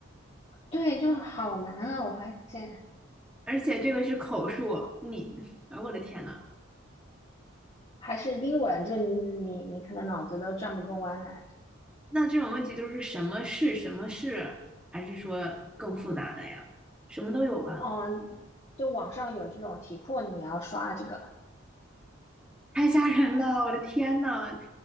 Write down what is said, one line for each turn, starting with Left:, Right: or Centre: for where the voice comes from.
Left: 对，就好难啊！我发现。
Centre: <laughs> 而且这个是口述。你，哎，我的天呐，
Left: 还是英文，就你你可能脑子都转不过弯来。
Centre: 那这种问题都是什么是什么是，还是说更复杂的呀？什么都有吧。
Left: 嗯，就网上有这种题库，你要刷这个。
Centre: 太吓人了！我的天呐，